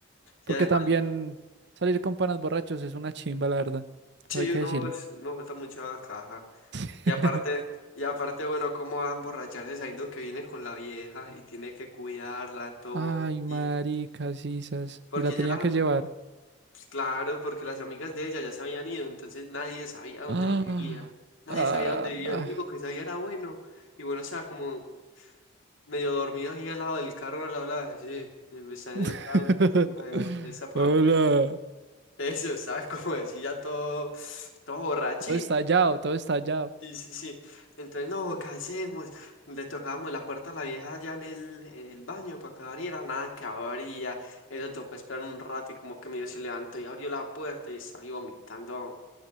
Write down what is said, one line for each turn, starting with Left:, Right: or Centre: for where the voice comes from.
Right: Porque
Left: Y además,
Right: también salir con panas borrachos es una chimba, la verdad.
Left: sí,
Right: Todo hay que
Left: uno,
Right: decirlo.
Left: es- uno está mucha caja.
Right: <laughs>
Left: Y aparte, y aparte, bueno, cómo va a emborracharse sabiendo que viene con la vieja y tiene que cuidarla, todo.
Right: Ay, maricas,
Left: Y
Right: sisas.
Left: porque
Right: Y la tenía
Left: ya las,
Right: que
Left: am-
Right: llevar.
Left: pues, claro, porque las amigas de ella ya se habían ido, entonces nadie sabía dónde
Right: <gasps> ¡Ah!
Left: vivía. Nadie
Right: Ah,
Left: sabía dónde vivía, el único que sabía era bueno. Y bueno, o sea, como medio dormido ahí al lado del carro, al lado de la habla así, y me está en el
Right: <laughs>
Left: baño, así, viejo, que está por
Right: Hola.
Left: allá. Eso, <laughs> ¿sabes? Como decía todo, todo borrachín.
Right: todo estallado, todo estallado.
Left: Sí, sí, sí. Entonces, no, ¿qué hacemos? Le tocábamos la puerta a la vieja allá en el, en el baño para que abriera, nada que abría. Eso tocó esperar un rato y como que medio se levantó y abrió la puerta y estaba ahí vomitando.